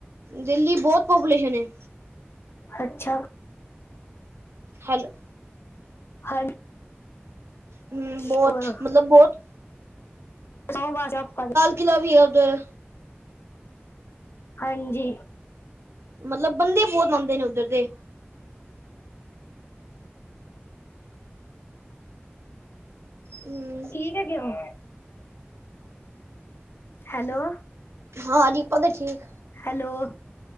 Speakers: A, on the right (about 75°); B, on the left (about 65°).
A: ਦਿੱਲੀ ਬਹੁਤ ਪਾਪੂਲੇਸ਼ਨ ਹੈ।
B: ਅੱਛਾ।
A: ਹੈਲੋ।
B: ਹਾਂਜੀ।
A: ਹੂ ਬਹੁਤ
B: ਹੋਰ
A: ਮਤਲਬ ਬਹੁਤ।
B: ਸੌਂ ਖਾ ਲਿਆ ਆਪਾਂ ਨਹੀਂ
A: ਕਿਲਾਂ ਵੀ ਉੱਧਰ।
B: ਹਾਂਜੀ।
A: ਮਤਲਬ ਬੰਦੇ ਬਹੁਤ ਹੁੰਦੇ ਨੇ ਉੱਧਰ ਦੇ। ਹੂ,,,
B: ਠੀਕ ਹੈਗੇ ਹੋ ਹੈਲੋ।
A: ਹਾਂ ਜੀ ਆਪਾ ਤੇ ਠੀਕ
B: ਹੈਲੋ।